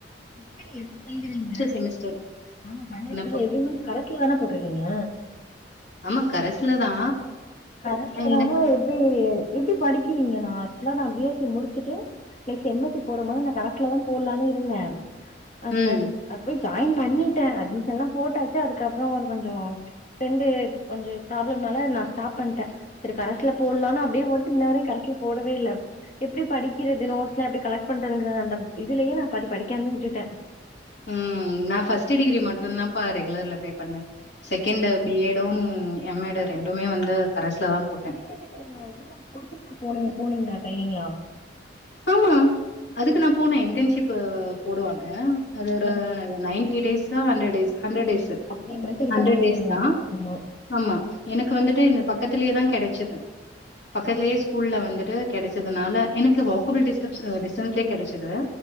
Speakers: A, on the left (about 45°); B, on the left (about 85°).
A: இப்ப எப்பிடிங்குரிங்க
B: செமஸ்டர்
A: ஆமா பண்ண
B: என்னப்போ
A: இல்ல எப்பிடி மீன்ஸ் கரஸ்லாதானோ போட்டிருக்கீங்க
B: ஆமா கரஸ்ல தா
A: கரஸ்லதானா
B: எனக்கு
A: எப்பிடி எப்பிடி படிக்கிறீங்க நா ஆக்சுலா நா பி எஸ் சி முடிச்சுட்டு எம் எஸ் சி போடும் போது நா கரஸ்ல தா போடலான்னு இருந்தே அது
B: ம்
A: நரி அது போய் ஜாயின் பண்ணிட்டே அட்மிஷன் எல்லாம் போட்டாச்சு அதுக்கப்புறோ ஒரு கொஞ்சோ பிரண்டு கொஞ்சு ப்ராப்ளம்னால நா ஸ்டாப் பண்ணிட்டே செரி கரஸ்சுல போடலானா அப்படியே போட்டு இன்ன வரையு கரஸ்சுல போடவே இல்ல எப்பிடி படிக்கிறது நோட்ஸ் எல்லா எப்பிடி கலெக்ட் பண்றதுங்கறது அந்த இதுலயே நா பாதி படிக்காமே விட்டுட்டே
B: உம் நா ஃபஸ்ட் டிகிரி மட்டு தான்ப்பா ரெகுலர்ல போய் பண்ணே செகண்ட்
A: ஓ
B: பி எடும் எம் எடும் ரெண்டுமே வந்து கரஸ்ல தா போட்டே
A: இது எதுக்கு நீங்க இதுல்ல நீங்க கோச்சிங்குள போனிங்கல்ல ட்ரெயின்னிங்கலா
B: ஆமா அதுக்கு நா போனே இன்டன்ஷிப் போடுவாங்க அது ஒரு
A: ஆ
B: நைன்த் ஃபிவ்டி டேஸ்ஸோ hundred days hundred days
A: three month கிட்ட
B: ஹண்ட்ரட்
A: போடுவாங்க
B: டேஸ் தா
A: ஆமா
B: ஆமா எனக்கு வந்துட்டு இந்த பக்கத்துலயே தா கெடைச்சது பக்கத்துலேயே
A: ஆமா.
B: ஸ்கூல்ல வந்துட்டு கெடச்சதுனால எனக்கு வாக்கபிள் டிஸ்டன்ஸ் டிஸ்டன்ஸ்லயே கெடச்சது